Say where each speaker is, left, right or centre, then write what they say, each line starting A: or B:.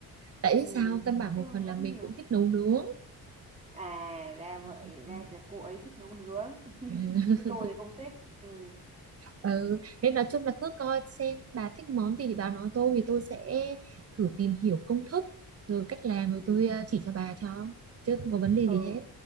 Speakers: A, on the right; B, on the right.
A: tại
B: ừ,
A: vì sao căn bản
B: chứ
A: một
B: không
A: phần là
B: nấu
A: mình
B: nhiều
A: cũng thích nấu nướng
B: à ra vậy
A: ừ.
B: ra chả cô ấy thích nấu nướng
A: <laughs>
B: <laughs> chứ tôi thì không thích ừ
A: ừ. nên nói chung là cứ coi xem bà thích món gì thì bà nói tôi thì tôi sẽ thử tìm hiểu công thức rồi cách làm
B: ừ
A: rồi tôi ờ, chỉ cho bà cho chứ không có vấn đề
B: ừ
A: gì hết